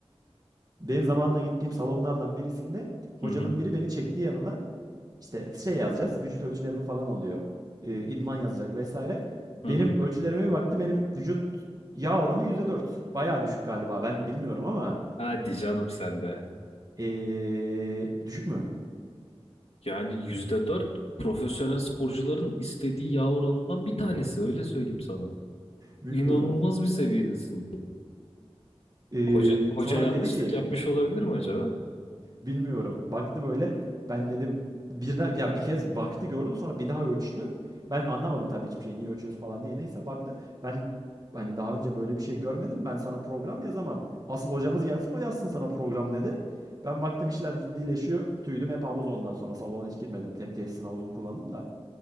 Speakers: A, on the right; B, on the left.
A: benim zamanında gittiğim salonlardan birisinde hocanın
B: Hı hı.
A: biri beni çekti yanına. İşte şey yazacağız vücut ölçülerimi falan alıyor. Ee, idman yazacak vesaire. Benim
B: Hı hı.
A: ölçülerime bir baktı benim vücut yağ oranı %4. Bayağı düşük galiba ben bilmiyorum ama.
B: Hadi canım sen de.
A: Ee, düşük mü?
B: Yani yüzde dört profesyonel sporcuların istediği yağ oranından bir tanesi öyle söyleyeyim sana.
A: Bilmiyorum.
B: İnanılmaz bir seviyedesin.
A: Ee,
B: Hoca, hoca
A: sonra
B: yanlışlık
A: dedi ki
B: yapmış olabilir mi acaba?
A: Bilmiyorum. Baktı böyle. Ben dedi birden ya bir kez baktı gördü sonra bir daha ölçtü. Ben anlamadım tabii hiçbir şey. Niye ölçüyoruz falan diye. Neyse baktı. Ben hani daha önce böyle bir şey görmedim. Ben sana program yazamam. Asıl hocamız gelsin o yazsın sana program dedi. Ben baktım işler ciddileşiyor. Tüydüm hep havuz ondan sonra. Salona hiç girmedim. Hep tesisin havuzunu kullandım da.